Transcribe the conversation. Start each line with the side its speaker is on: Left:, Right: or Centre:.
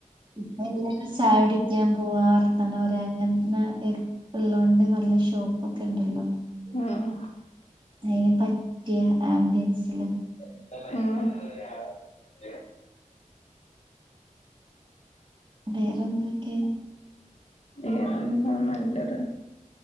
Right: ഇപ്പെല്ലാരും ചായ കുടിക്കാൻ പോവാ വർത്താനം പറയാ അങ്ങനത്തെ തിരക്കുള്ളകൊണ്ട് നല്ല ഷോപ്പൊക്കെണ്ടല്ലോ.
Left: ആഹ്
Right: അതിന് പറ്റിയ ആംബിയൻസില്.
Left: ആഹ്.
Right: വേറെന്തൊക്കെ?
Left: വേറെന്താ നല്ലത്